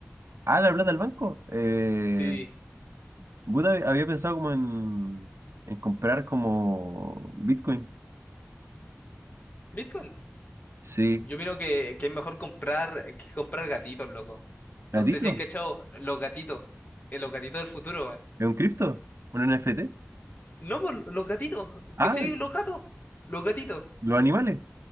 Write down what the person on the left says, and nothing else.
Sí,
Bitcoin.
Yo miro que, que es mejor comprar que comprar gatitos, loco.
No sé si has cachado los gatitos. eh, los gatitos del futuro, weón.
No, pues los gatitos.
¿Cachai? Los gatos. Los gatitos.